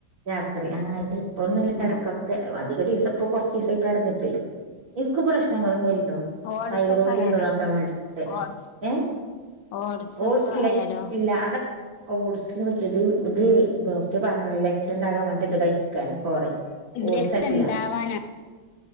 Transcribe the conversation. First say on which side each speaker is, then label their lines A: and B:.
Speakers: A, on the right (about 40°); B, on the left (about 70°).
A: രാത്രി ആഹ് എപ്പഴൊന്നുമല്ല
B: ആഹ്
A: ഇടക്കൊക്കെ അധിക ദിവസം ഇപ്പൊ കൊറച്ച് ദിവസമായി പറഞ്ഞിട്ടേ എനിക്ക് പ്രശ്നങ്ങളൊന്നുമില്ലട്ടോ
B: ഓട്സൊക്കെ
A: തൈറോയിഡ്
B: ആയാലോ
A: ഉണ്ടോന്നോക്കാൻ വേണ്ടിട്ട്
B: ഓട്സ്
A: ഏഹ്
B: ഓട്സൊക്കെ
A: ഓട്സ് ഇല്ല
B: ആയാലോ
A: ഇല്ല അത ഓട്സ് ഇത് ഇത് ഡോക്ടറ് പറഞ്ഞത് രക്ത തം ഉണ്ടാകാൻ വാണ്ടിട്ട് ഇത് കഴിക്കുക കോറ ഓട്സ്
B: രക്തം
A: അല്ല
B: ഉണ്ടാവാനാണല്ലല്ലേ